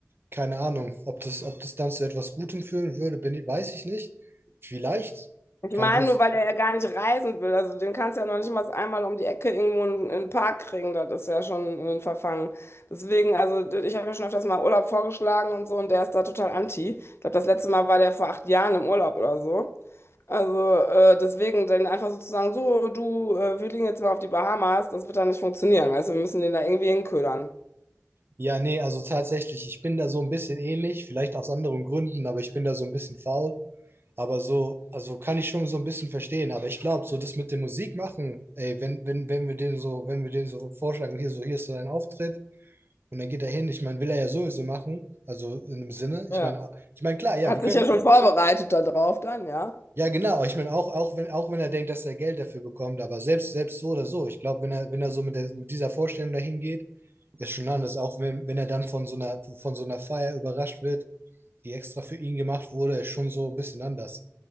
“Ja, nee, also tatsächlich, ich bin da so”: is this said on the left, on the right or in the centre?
Right